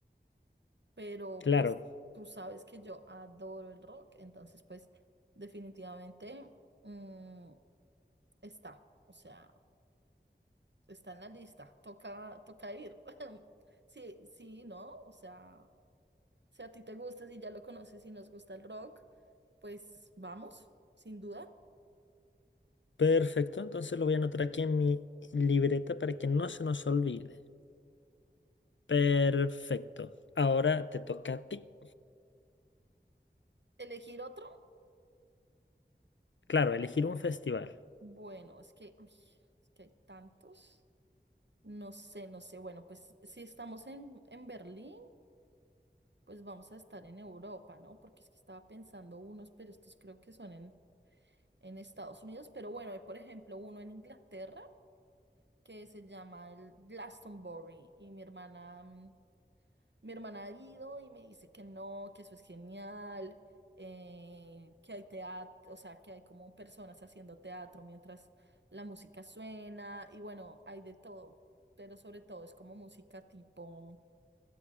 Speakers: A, on the right; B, on the left.
A: pero
B: Claro.
A: pues tú sabes que yo adoro el rock, entonces pues definitivamente mm, Está, o sea, está en la lista, toca, toca ir. <laughs> Sí, sí, ¿no? O sea, si a ti te gusta, si ya lo conoces y nos gusta el rock, pues vamos, sin duda.
B: Perfecto, entonces lo voy a anotar aquí en mi libreta para que no se nos olvide. Perfecto. Ahora te toca a ti.
A: ¿Elegir otro?
B: Claro, elegir un festival.
A: Bueno, es que, uy, es que hay tantos. No sé, no sé. Bueno, pues si estamos en, en Berlín, pues vamos a estar en Europa, ¿no? Porque es que estaba pensando unos, pero estos creo que son en, en Estados Unidos. Pero bueno, hay por ejemplo uno en Inglaterra que se llama el Glastonbury y mi hermana, mm, mi hermana ha ido y me dice que no, que eso es genial, eh, que hay teatro, o sea, que hay como personas haciendo teatro mientras la música suena y bueno, hay de todo, pero sobre todo es como música tipo mm,